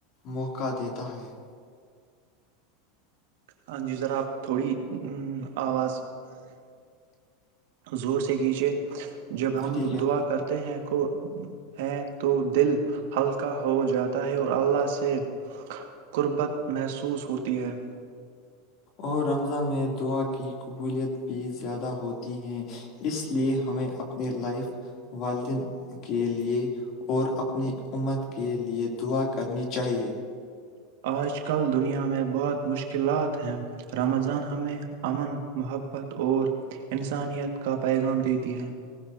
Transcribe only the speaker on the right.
ہاں جی ذرا آپ تھوڑی آواز زور سے کیجیے جب ہم
دعا کرتے ہیں ہے تو دل ہلکا ہو جاتا ہے اور اللہ سے قربت محسوس ہوتی ہے
آج کل دنیا میں بہت مشکلات ہیں رمضان ہمیں امن محبت اور انسانیت کا پیغام دیتی ہیں